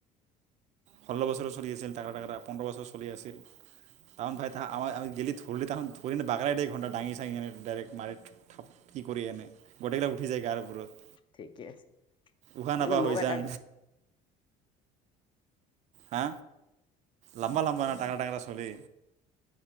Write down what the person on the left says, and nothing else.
ঠিকে আছে।
কিন্তু
মোক
এটা